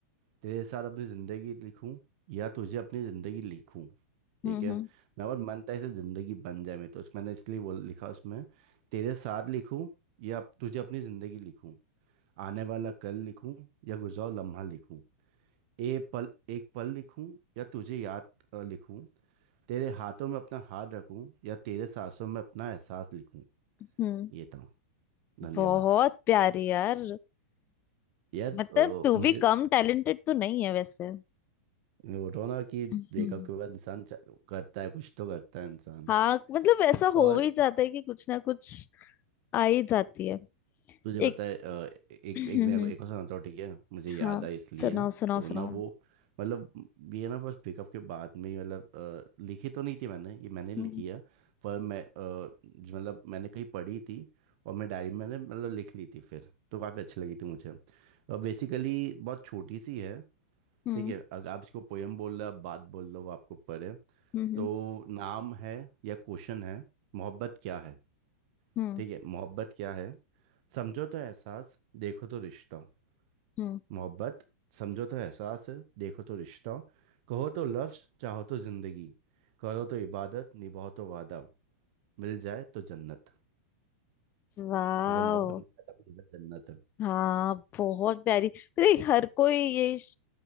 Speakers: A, on the right; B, on the left.
A: तेरे साथ अपनी जिंदगी लिखूं या तुझे अपनी जिंदगी लिखूं ठीक
B: हम्म
A: है
B: हम्म
A: मैं बहुत मन था इसे जिंदगी बन जाए मैं तो उस- मैंने इसलिए बोल लिखा उसमें तेरे साथ लिखूं या अप- तुझे अपनी जिंदगी लिखूं आने वाला कल लिखूं या गुजरा हुआ लम्हा लिखूं ए पल एक पल लिखूं या तुझे याद अ, लिखूं तेरे हाथों में अपना हाथ रखूं या तेरे सांसों में अपना एहसास लिखूं
B: हम्म
A: ये था धन्यवाद
B: बहुत प्यारी यार
A: यार
B: मतलब
A: अ,
B: तू
A: मुझे
B: भी कम टैलेंटेड तो नहीं है वैसे
A: मैं बोल रहा हूं ना कि ब्रेकअप
B: हम्म।
A: के बाद इंसान चा- करता है कुछ तो करता है इंसान
B: हाँ मतलब ऐसा
A: एक
B: हो
A: और
B: ही जाता है कि कुछ ना कुछ आ ही जाती है
A: तुझे
B: एक
A: पता है अ, एक
B: हम्म
A: एक मेरा को
B: हम्म,
A: एक और सुनाता हूँ ठीक है मुझे याद
B: हाँ
A: आया इसलिए
B: सुनाओ सुनाओ
A: तो ना
B: सुनाओ
A: वो मतलब ये ना बस पिकअप के बाद में ही मतलब अ, लिखी तो नहीं थी मैंने ये मैंने लिखी
B: हम्म
A: है पर मैं अ, जो मतलब मैंने कहीं पढ़ी थी और मैं डायरी में मैंने मतलब लिख ली थी फिर तो काफ़ी अच्छी लगी थी मुझे और बेसिकली बहुत छोटी सी है
B: हम्म
A: ठीक है अगर आप इसको पोएम बोल रहे हो आप बात बोल रहे हो आपको पर है
B: हम्म
A: तो नाम है या क्वेश्चन है मोहब्बत क्या है
B: हम्म
A: ठीक है मोहब्बत क्या है समझो तो एहसास देखो तो रिश्ता
B: हम्म
A: मोहब्बत समझो तो एहसास है देखो तो रिश्ता कहो तो लफ्ज चाहो तो जिंदगी करो तो इबादत निभाओ तो वादा मिल जाए तो जन्नत
B: वाह
A: अगर मोहब्बत मिल जाए तो मिल जाए जन्नत है
B: हाँ बहुत प्यारी देख हर कोई ये श-